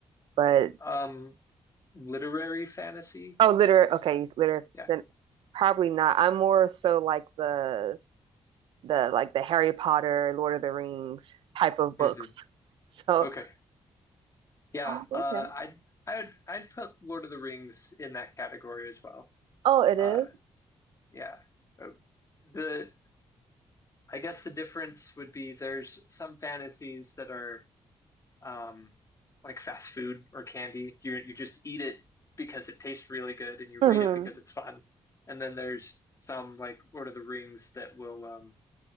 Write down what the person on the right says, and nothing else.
but
oh, literary. Okay, literary.
Probably not. I'm more so like the the like the Harry Potter, Lord of the Rings type of
books. <laughs> So,
oh, okay.
Oh, it
is?
Mm-hmm.